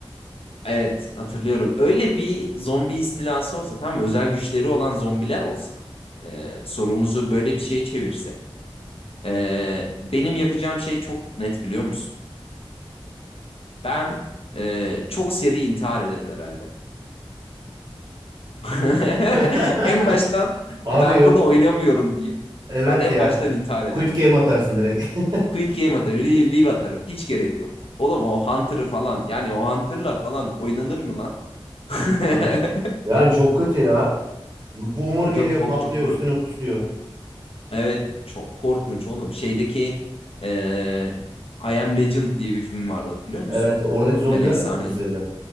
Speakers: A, on the left; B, on the right.
A: evet hatırlıyorum. Öyle bir zombi istilası olsa tamam mı? Özel güçleri olan zombiler olsa e, sorumuzu böyle bir şeye çevirse. e, benim yapacağım şey çok net biliyor musun? Ben e, çok seri intihar ederim herhalde. <laughs>
B: <laughs>
A: En baştan
B: Abi
A: ben
B: yok
A: bunu oynamıyorum deyip
B: evet
A: ben en
B: ya.
A: baştan intihar ederim.
B: Quit game atarsın direkt. <laughs>
A: Quit game atarım. Leave, leave atarım. Hiç gerek yok. Oğlum o Hunter'ı falan yani o Hunter'la falan oynanır mı lan? <laughs>
B: Evet. Yani çok kötü ya. Bu Boomer geliyor
A: Çok kork
B: patlıyor
A: çok korkunç.
B: üstüne kusuyor.
A: Evet çok korkunç oğlum. Şeydeki eee I Am Legend diye bir film vardı hatırlıyor
B: Evet
A: musun?
B: oradaki zombiler
A: Ben efsaneyim.
B: de çok hızlıydı.